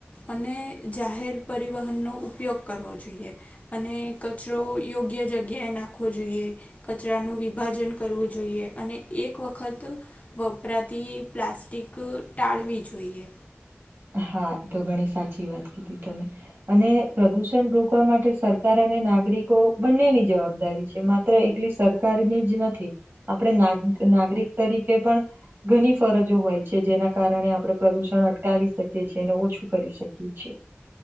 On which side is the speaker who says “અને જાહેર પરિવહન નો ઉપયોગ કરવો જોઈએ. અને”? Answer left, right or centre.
Left